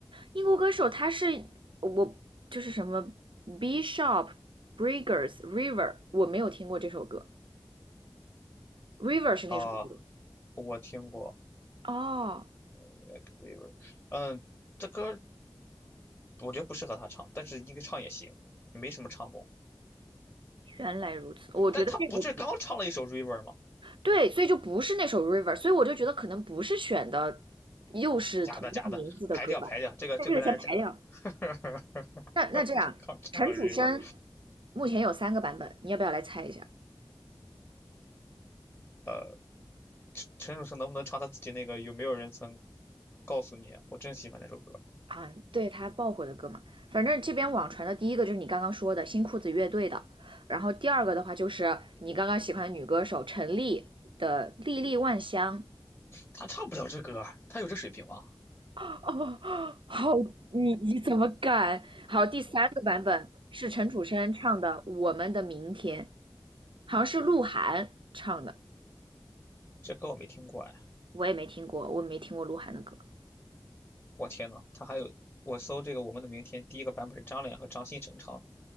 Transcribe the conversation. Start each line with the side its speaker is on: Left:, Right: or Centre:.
Right: 英国歌手他是我就是什么 Bishop Briggs River，我没有听过这首歌，River 是那首歌。
Left: 啊？我听过
Right: 哦，
Left: Like River，嗯，这歌我觉得不适合他唱，但是应该唱也行，没什么唱功。
Right: 原来如此。我觉得这个
Left: 但他不是刚唱了一首 River 吗？
Right: 对，所以就不是那首《River》，所以我就觉得可能不是选的又是同样名字的歌吧，
Left: 假的假的，排掉排掉，这个这个单是假的。
Right: 那这个先排掉。
Left: <laughs>
Right: 那那这样，
Left: 不是刚唱了
Right: 陈楚生
Left: River，
Right: 目前有三个版本，你要不要来猜一下？
Left: 呃，陈陈楚生能不能唱他自己那个有没有人曾告诉你啊我真喜欢那首歌。
Right: 啊，对他爆火的歌嘛，反正这边网传的第一个就是你刚刚说的新裤子乐队的，然后第二个的话就是你刚刚喜欢的女歌手陈粒的《历历万香》，
Left: 他唱不了这歌啊，他有这水平吗？
Right: <laughs> 哦，好，你你怎么敢？好，第三个版本是陈楚生唱的《我们的明天》，好像是鹿晗唱的，
Left: 这歌我没听过哎，
Right: 我也没听过，我没听过鹿晗的歌
Left: 我天呐，他还有我搜这个《我们的明天》，第一个版本是张脸和张新成唱的，